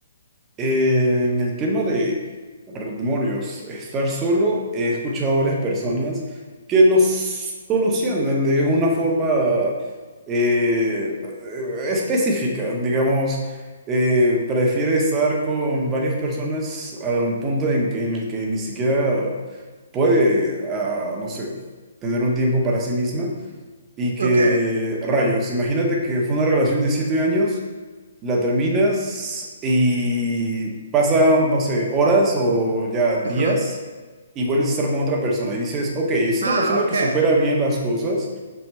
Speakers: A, on the right; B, on the right.
A: Eh, en el tema de demonios, estar solo, he escuchado a varias personas que los solucionan de una forma eh, eh, específica, digamos, eh, prefiere estar con varias personas a un punto en, que- en el que ni siquiera puede, ah, no sé, tener un tiempo para sí misma y que,
B: Ok,
A: rayos, imagínate que fue una relación de siete años. La terminas y pasan, no sé, horas o ya días
B: ajá.
A: y vuelves a estar con otra persona y dices, ok, es una
B: Ah,
A: persona
B: ok,
A: que supera bien las cosas,